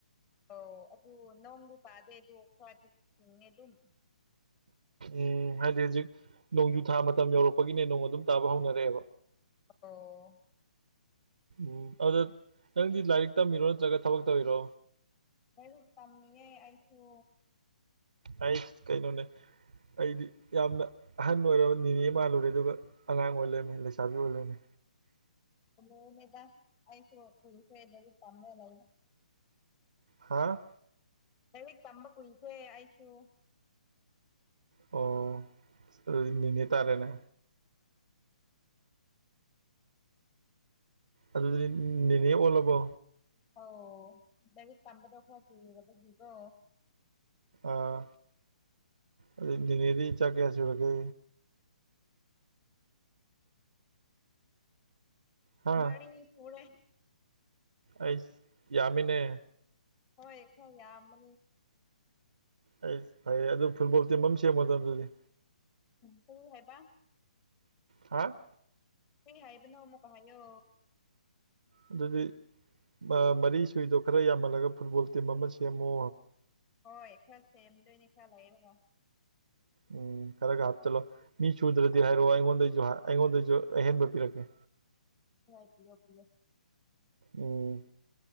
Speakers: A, on the left (about 15°); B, on the right (about 85°).
A: ꯑꯧ ꯑꯗꯨ ꯅꯣꯡꯗꯤ ꯇꯥꯗꯦ ꯑꯗꯣ ꯈꯔꯗꯤ ꯎꯤꯡꯉꯦ ꯑꯗꯨꯝ꯫
B: ꯎꯝ ꯍꯥꯏꯗꯤ ꯍꯧꯖꯤꯛ ꯅꯣꯡꯖꯨ ꯊꯥ ꯃꯇꯝ ꯌꯧꯔꯛꯄꯒꯤꯅꯦ ꯅꯣꯡ ꯑꯗꯨꯝ ꯇꯥꯕ ꯍꯧꯅꯔꯛꯑꯦꯕ꯫
A: ꯑꯣ꯫
B: ꯎꯝ ꯑꯗꯨꯗ ꯅꯪꯗꯤ ꯂꯥꯏꯔꯤꯛ ꯇꯝꯕꯤꯔꯣ ꯅꯠꯇ꯭ꯔꯒ ꯊꯕꯛ ꯇꯧꯔꯤꯔꯣ꯫
A: ꯂꯔꯨꯛ ꯇꯝꯃꯤꯌꯦ ꯑꯩꯁꯨ
B: ꯑꯩ ꯀꯩꯅꯣꯅꯦ ꯑꯩꯗꯤ ꯌꯥꯝꯅ ꯑꯍꯟ ꯑꯣꯏꯔꯕ ꯅꯤꯅꯦ ꯃꯥꯜꯂꯨꯔꯦ ꯑꯗꯨꯒ ꯑꯉꯥꯡ ꯑꯣꯏꯔꯃꯤ ꯂꯩꯁꯥꯕꯤ ꯑꯣꯏꯔꯃꯤ
A: ꯂꯅꯦꯗꯁꯨ ꯄꯁꯗꯗꯤ ꯀꯃꯦ ꯂꯩ ꯂꯩ
B: ꯍꯥꯥ
A: ꯂꯥꯏꯔꯤꯛ ꯇꯝꯕ ꯀꯨꯏꯁꯦ ꯑꯩꯁꯨ
B: ꯑꯣ ꯑꯗꯨ ꯅꯤꯅꯤ ꯇꯥꯔꯦꯅꯦ ꯑꯗꯨꯗꯤ ꯅꯦꯅꯦ ꯑꯣꯜꯂꯕꯣ
A: ꯑꯣꯧ ꯂꯔꯤꯛ ꯇꯝꯕꯗꯣ ꯈꯔ ꯀꯨꯏꯔꯔꯕꯔꯕꯗꯤꯒꯣ
B: ꯑꯥ ꯑꯗꯨ ꯅꯦꯅꯦꯗꯤ ꯆꯥꯛ ꯀꯌꯥ ꯁꯨꯔꯒꯦ ꯍꯥ
A: ꯃꯅꯤ ꯊꯣꯛꯣꯔꯦ
B: ꯑꯩꯁ ꯌꯥꯃꯤꯅꯦ
A: ꯍꯣꯏ ꯈꯔ ꯌꯥꯝꯃ
B: ꯑꯩ ꯐꯩꯌꯦ ꯑꯗꯨ ꯐꯨꯠꯕꯣꯜ ꯇꯤꯝ ꯑꯃ ꯁꯦꯝꯉꯣꯗꯣ ꯑꯗꯨꯗꯤ
A: ꯐ ꯍꯕ
B: ꯍꯥ
A: ꯀꯔꯤ ꯍꯥꯏꯕꯅꯣ ꯑꯃꯨꯛꯀ ꯍꯥꯏꯌꯣ꯫
B: ꯑꯗꯨꯗꯤ ꯑ ꯃꯔꯤ ꯁꯨꯏꯗꯨ ꯈꯔ ꯌꯥꯝꯃꯜꯂꯒ ꯐꯨꯠꯕꯣꯜ ꯇꯤꯝ ꯑꯃ ꯁꯦꯝꯃꯣ꯫
A: ꯍꯣꯏ ꯈꯔ ꯊꯦꯝꯗꯣꯏꯅꯤ ꯈꯔꯂꯩꯔꯒ꯫
B: ꯎꯝ ꯈꯔꯒ ꯍꯥꯞꯆꯤꯜꯂꯣ ꯃꯤ ꯁꯨꯗ꯭ꯔꯗꯤ
A: ꯑꯣ
B: ꯍꯥꯏꯔꯛꯑꯣ ꯑꯩꯉꯣꯟꯗꯩꯖꯨ ꯍꯥ ꯑꯩꯉꯣꯟꯗꯩꯖꯨ ꯑꯍꯦꯟꯕ ꯄꯤꯔꯛꯀꯦ꯫
A: <unintelligible> ꯄꯤꯌꯣ ꯄꯤꯌꯣ
B: ꯎꯝ